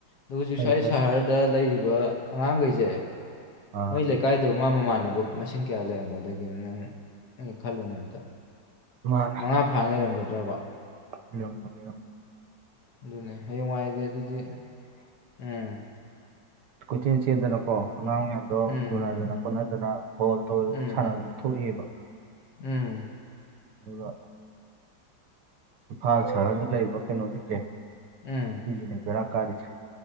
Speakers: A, on the left (about 60°); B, on the right (about 70°).
A: ꯑꯗꯣ ꯍꯧꯖꯤꯛ
B: ꯐꯩ
A: ꯁ꯭ꯋꯥꯏ
B: ꯐꯩ
A: ꯁꯍꯔꯗ ꯂꯩꯔꯤꯕ ꯑꯗꯨꯒ ꯑꯉꯥꯡꯈꯩꯁꯦ
B: ꯑꯥ
A: ꯃꯣꯏꯂꯦ ꯀꯥꯏꯗꯣꯛ ꯃꯃꯥ ꯃꯃꯥꯟꯅꯕꯕꯨ ꯃꯁꯤꯡ ꯀꯌꯥ ꯂꯩꯔꯝꯒꯗꯒꯦꯅ ꯅꯪ ꯑ ꯈꯜꯂꯨꯅꯦ ꯑꯝꯇ
B: ꯃꯥꯅꯦ
A: ꯃꯉꯥ ꯐꯥꯅ ꯂꯩꯔꯝꯒꯗ꯭ꯔꯕ
B: ꯏꯔꯝꯔꯝ
A: ꯑꯗꯨꯅꯦ ꯍꯌꯦꯡꯉꯥꯏꯗꯤꯦ ꯑꯗꯨꯗꯤ ꯎꯝ
B: ꯀꯣꯆꯤꯡ ꯆꯦꯗꯅꯀꯣ ꯑꯉꯥꯡ ꯃꯌꯥꯝꯗꯣ
A: ꯎꯝ
B: ꯎꯅꯗꯅ ꯈꯣꯠꯅꯗꯅ ꯕꯣꯜ ꯇꯧꯔꯁꯨ
A: ꯎꯝ
B: ꯁꯥꯟꯅꯕꯁꯨ ꯊꯣꯛꯑꯦꯕ
A: ꯎꯝ
B: ꯑꯗꯨꯒ ꯏꯝꯐꯥꯜ ꯁꯍꯔꯗ ꯂꯩꯕ ꯀꯩꯅꯣꯁꯤꯡꯁꯦ
A: ꯎꯝ
B: ꯁꯤꯅꯤ ꯐꯦꯔ ꯀꯥꯔꯤꯖ